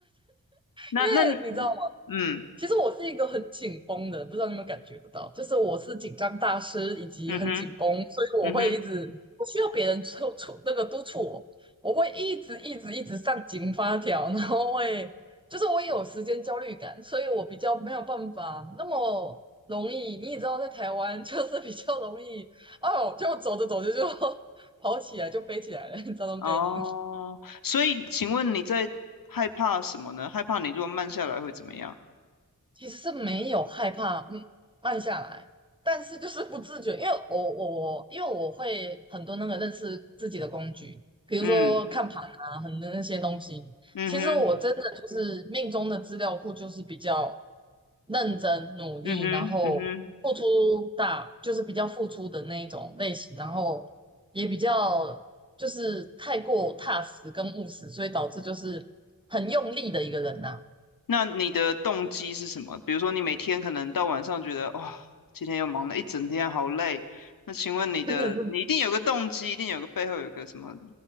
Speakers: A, on the left; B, on the right.
A: 那那
B: 因为你知道。
A: 嗯
B: 其实我是一个很紧绷的，不知道你有没有感觉得到，就是我是紧张大师，以及很紧绷，
A: 嗯哼。
B: 所以我会一直不需要别人促促那个督促我，
A: 嗯哼，
B: 我会一直一直一直上紧发条，然后会就是我也有时间焦虑感，所以我比较没有办法那么容易，你也知道在台湾 <laughs> 就是比较容易哦，就走着走着就 <laughs> 跑起来就飞起来了，你知道这种概念。
A: 哦，所以请问你在害怕什么呢？害怕你如果慢下来会怎么样？
B: 其实是没有害怕，嗯，慢下来，但是就是不自觉，因为我我我，因为我会很多那个认识自己的工具，比如说看盘啊，
A: 嗯
B: 很多那些东西。
A: 嗯哼
B: 其实我真的就是命中的资料库，就是比较认真努力，
A: 嗯哼嗯哼，
B: 然后付出大，就是比较付出的那一种类型，然后也比较就是太过踏实跟务实，所以导致就是很用力的一个人呐、
A: 那你的动机是什么？比如说你每天可能到晚上觉得哇，今天又忙了一整天，好累。那请问你的，
B: 真的是。
A: 你一定有个动机，一定有个背后有个什么